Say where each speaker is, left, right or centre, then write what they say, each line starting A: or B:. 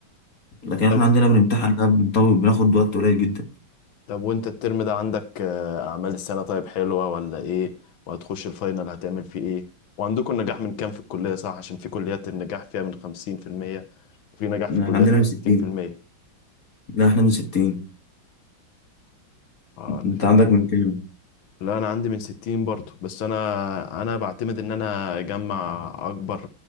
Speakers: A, on the left (about 45°); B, on the left (about 75°).
A: لكن احنا
B: طب
A: عندنا بنمتحن لا بنطول بناخد وقت قليل جدا
B: طب وانت الترم ده عندك آه، اعمال السنة طيب حلوة ولا ايه وهتخش الفاينل هتعمل فيه ايه وعندكم نجاح من كام في الكلية صح عشان في كليات النجاح فيها من خمسين في المية وفي نجاح
A: يعني
B: في كليات
A: احنا عندنا
B: من
A: من 60
B: ستين في المية
A: لا احنا من 60
B: اه
A: انت عندك من كام؟
B: لا انا عندي من 60 برضه بس انا انا بعتمد ان انا اجمع اكبر